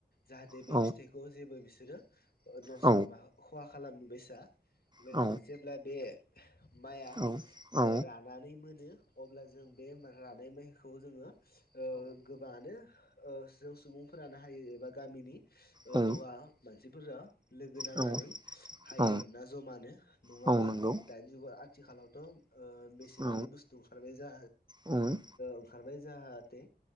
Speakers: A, on the left (about 55°); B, on the right (about 25°).
A: जाहाथे
B: औ
A: बे फिथाइखौ जेबो बिसोरो खहा
B: औ
A: खालामनो बसा लोगोसे
B: औ
A: जेब्ला बे माइआ
B: औ औ
A: रानानै मोनो अब्ला जों बे रानाय माइखौ जोङो गोबाङानो जों सुबुंफोरानो हायो एबा गामिनि
B: औ
A: हौवा मानसिफोरा लोगो नांनानै
B: औ
A: हायो
B: औ
A: आरोना जमानो नङाबा
B: औ नंगौ
A: दानि जुगाव आ आथिखालावथ' मेसिनारि
B: औ
A: बुस्थु ओंखारबाय जा
B: औ नंगौ
A: ओंखारबाय जाहाथे